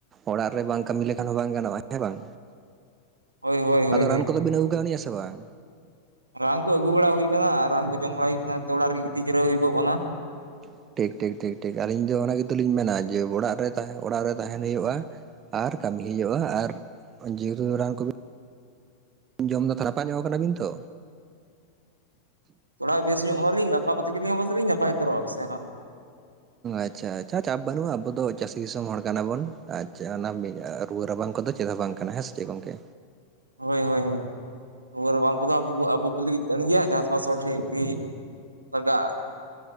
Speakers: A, on the right; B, on the right.
A: ᱚᱲᱟᱜ ᱨᱮ ᱵᱟᱝ ᱠᱟᱹᱢᱤ ᱞᱮᱠᱷᱟᱱ ᱦᱚᱸ ᱵᱟᱝ ᱜᱟᱱᱚᱜᱼᱟ ᱦᱮᱸ ᱵᱟᱝ
B: ᱦᱳᱭ ᱦᱳᱭ ᱦᱳᱭ
A: ᱟᱫᱚ ᱨᱟᱱ
B: ᱦᱳᱭ
A: ᱠᱚᱫᱚ ᱵᱤᱱ ᱟᱹᱜᱩ ᱟᱠᱟᱣᱱᱟ ᱥᱮ ᱵᱟᱝ
B: ᱨᱟᱱ ᱠᱚ ᱟᱹᱜᱩ ᱵᱟᱲᱟ ᱦᱩᱭ ᱟᱠᱟᱱᱟ ᱟᱨ ᱨᱟᱱ ᱠᱚ ᱡᱚᱢ ᱵᱟᱲᱟ ᱦᱩᱭ ᱟᱠᱟᱱᱟ ᱚᱲᱟᱜ ᱨᱮᱜ ᱜᱤᱛᱤᱡ ᱡᱤᱨᱟᱹ ᱦᱩᱭ ᱠᱚᱜ ᱠᱟᱱᱟ
A: <inaudible> ᱴᱷᱤᱠ ᱴᱷᱤᱠ ᱴᱷᱤᱠ ᱴᱷᱤᱠ ᱟᱞᱤᱧ ᱫᱚ ᱚᱱᱟ ᱜᱮᱛᱚ ᱞᱤᱧ ᱢᱮᱱᱟ ᱡᱮ ᱚᱲᱟᱜ ᱨᱮ ᱛᱟᱦᱮᱸ ᱚᱲᱟᱜ ᱨᱮ ᱛᱟᱦᱮᱸᱱ ᱦᱩᱭᱩᱜᱼᱟ ᱟᱨ ᱠᱟᱹᱢᱤ ᱦᱩᱭᱩᱜᱼᱟ ᱟᱨ ᱡᱮ ᱦᱮᱛᱩ ᱨᱟᱱ ᱠᱚᱜ <unintelligible> ᱡᱚᱢ ᱫᱚ ᱛᱷᱟᱲᱟᱯᱟ ᱧᱚᱜ ᱟᱠᱟᱱᱟ ᱵᱤᱱ ᱛᱚ
B: ᱛᱷᱚᱲᱟ ᱵᱮᱥ ᱧᱚᱜ ᱟᱠᱟᱱᱟᱜ ᱞᱤᱧ ᱜᱟᱯᱟ ᱠᱟᱛᱮ ᱜᱮ ᱯᱟᱞᱮ ᱞᱤᱧ <unintelligible> ᱱᱟᱯᱟᱭ ᱩᱛᱟᱹᱨᱚᱜᱼᱟ ᱯᱟᱥᱮᱜ <unintelligible> ᱦᱟᱸᱜ
A: ᱟᱪᱪᱷᱟ ᱟᱪᱪᱷᱟ ᱪᱟᱯ ᱵᱟᱹᱱᱩᱜᱼᱟ ᱟᱵᱚ ᱫᱚ ᱪᱟᱹᱥᱤ ᱫᱤᱥᱚᱢ ᱦᱚᱲ ᱠᱟᱱᱟ ᱵᱚᱱ ᱟᱪᱪᱷᱟ ᱚᱱᱟ ᱢᱤ <unintelligible> ᱨᱩᱣᱟᱹ ᱨᱟᱵᱟᱝ ᱠᱚᱫᱚ ᱪᱮᱫ ᱦᱚᱸ ᱵᱟᱝ ᱠᱟᱱᱟ ᱦᱮᱸ ᱥᱮ ᱪᱮᱫ ᱜᱚᱝᱠᱮ
B: ᱦᱳᱭ ᱦᱳᱭ ᱦᱳᱭ ᱨᱩᱣᱟᱹ ᱨᱟᱵᱟᱝ <unintelligible> ᱟᱵᱚ ᱠᱚ ᱞᱟᱹᱜᱤᱫ ᱠᱟᱱ ᱜᱮᱭᱟ ᱪᱟᱥᱼᱵᱟᱥ ᱦᱚᱲ ᱴᱷᱮᱱ ᱜᱮ ᱞᱟᱜᱟᱜᱼᱟ